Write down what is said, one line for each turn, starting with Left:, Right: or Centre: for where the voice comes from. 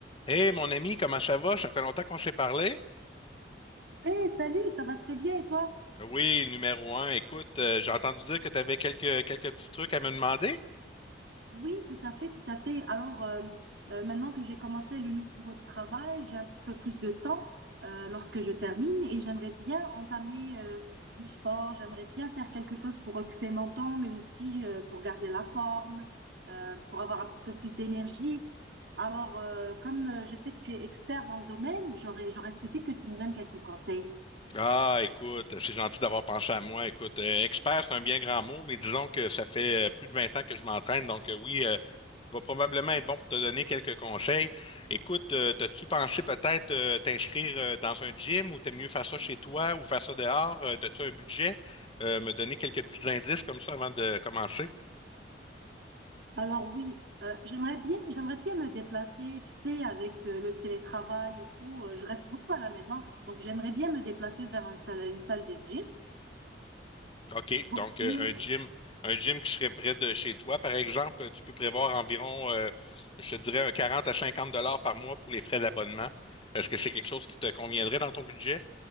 Left: Hey mon ami, comment ça va? Ça fait longtemps qu'on s'est parlé.
Right: Hey, salut, ça va très bien et toi?
Left: Euh, Oui, numéro un. Écoute, euh, j'ai entendu dire que tu avais quelques, quelques petits trucs à me demander.
Right: Oui, tout à fait, tout à fait. Alors, euh, euh, maintenant que j'ai commencé le nouveau travail, j'ai un petit peu plus de temps euh, lorsque je termine et j'aimerais bien entamer euh, du sport, j'aimerais bien faire quelque chose pour occuper mon temps, mais aussi euh, pour garder la forme, euh, pour avoir un petit peu plus d'énergie. Alors, euh, comme euh, je sais que tu es expert dans le domaine, j'aurais, j'aurais souhaité que tu me donnes quelques conseils.
Left: Ah, écoute, c'est gentil d'avoir pensé à moi. Écoute, euh, expert, c'est un bien grand mot, mais disons que ça fait euh, plus de 20 ans que je m'entraîne, donc euh, oui, euh, je vais probablement être bon pour te donner quelques conseils. Écoute, euh, t'as-tu pensé peut-être euh, t'inscrire euh, dans un gym ou t'aimes mieux faire ça chez toi ou faire ça dehors? Euh, t'as-tu un budget? Euh, me donner quelques petits indices comme ça avant de commencer.
Right: Alors oui, euh, j'aimerais bien, j'aimerais bien me déplacer, tu sais, avec euh, le télétravail et tout. euh, je reste beaucoup à la maison, donc j'aimerais bien me déplacer vers une salle, une salle de gym.
Left: OK,
Right: Pour
Left: donc
Right: ce qui
Left: euh,
Right: est,
Left: un gym, un gym qui serait près de chez toi, par exemple, euh, tu peux prévoir environ, euh, je te dirais, un 40 à 50 dollars par mois pour les frais d'abonnement. Est-ce que c'est quelque chose qui te conviendrait dans ton budget?